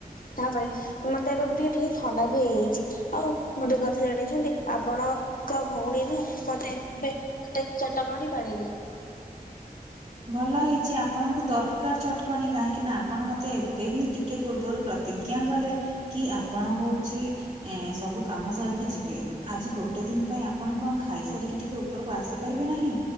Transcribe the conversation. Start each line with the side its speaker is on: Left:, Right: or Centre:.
Left: ତାପରେ ମତେ ଏବେ ଟିକେ ଟିକେ ଥଣ୍ଡା ବି ହେଇଯାଇଚି ଆଉ ଗୋଟେ କଥ୍ ଥା ଜାଣିଛନ୍ତି ଆପଣଙ୍କ ଭଉଣୀ ନୁହେଁ, ମତେ ଏବେ ଗୋଟେ ଚଟକଣି ବାଡେଇଲେ।
Right: ଭଲ ହେଇଚି ଆପଣଙ୍କୁ ଦରକାର ଚଟକଣି, କାହିଁକି ନା ଆପଣ ମତେ ଏବେ ହିଁ ଟିକେ ପୂର୍ବରୁ ପ୍ରତ୍ ତିଜ୍ଞା କଲେ କି ଆପଣ ହଉଚି ଏଁ ସବୁ କାମ ସାରିକି ଯିବେ, ଆଜି ଗୋଟେ ଦିନ ପାଇଁ ଆପଣ କଣ ଖାଇ ସାରିକି ଟିକେ ଉ ଉପରକୁ ଆସିପାରିବେ ନାହିଁ।